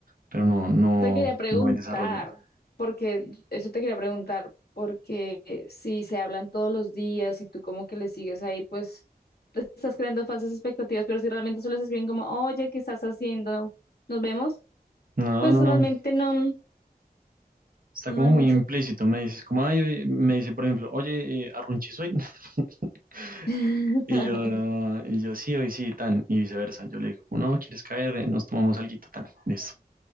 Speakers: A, on the right (about 60°); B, on the left (about 80°).
A: pero no, no,
B: te quería preguntar,
A: no hay desarrollo.
B: porque eso te quería preguntar, porque si se hablan todos los días y tú como que le sigues ahí, pues te estás creando falsas expectativas, pero si realmente solo se escriben como, oye, ¿qué estás haciendo? ¿Nos vemos?
A: No,
B: Pues
A: no,
B: realmente
A: no.
B: no,
A: Está
B: no
A: como
B: hay mucho.
A: muy implícito. Me dices como, ay, oye", me dice, por ejemplo, oye, eh, arrunchis hoy. <laughs>
B: <laughs>
A: Y yo, y yo sí, hoy sí, tan, y viceversa. Yo le digo, no, ¿quieres caer? Eh, Nos tomamos alguito, tan, listo.